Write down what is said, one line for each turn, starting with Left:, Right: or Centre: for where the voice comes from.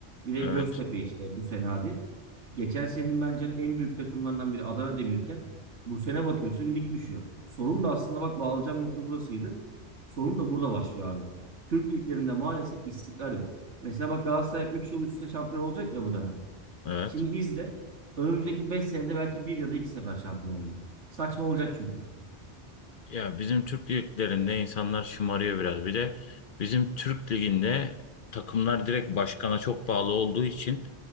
Right: Bir de
Left: evet,
Right: Göztepe işte bu sene hadi. Geçen senenin bence en büyük takımlarından biri Adana Demirken bu sene bakıyorsun lig düşüyor. Sorun da aslında bak bağlayacağım nokta burasıydı. Sorun da burada başlıyor abi. Türk liglerinde maalesef istikrar yok. Mesela bak Galatasaray 3 yıl üst üste şampiyon olacak ya bu dönem.
Left: evet.
Right: Şimdi izle. Önümüzdeki 5 senede belki bir ya da 2 sefer şampiyon olacak. Saçma olacak çünkü.
Left: Ya bizim Türk liglerinde insanlar şımarıyor biraz. Bir de bizim Türk liginde takımlar direkt başkana çok bağlı olduğu için